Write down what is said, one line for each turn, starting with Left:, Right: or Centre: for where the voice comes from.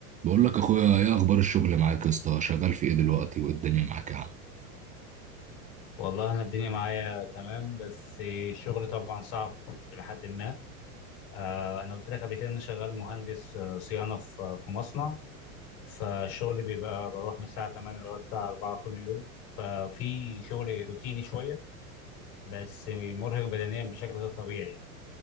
Right: بقول لك اخويا ايه اخبار الشغل معاك يا اسطى شغال في ايه دلوقتي والدنيا معاك يا عم
Left: والله انا الدنيا معايا تمام بس الشغل طبعا صعب لحد ما آه، انا قلت لك قبل كده ان انا شغال مهندس آه، صيانه في في مصنع فالشغل بيبقى بروح من الساعه 8 لغايه الساعه 4 كل يوم ففي شغل روتيني شويه بس مرهق بدنيا بشكل غير طبيعي يعني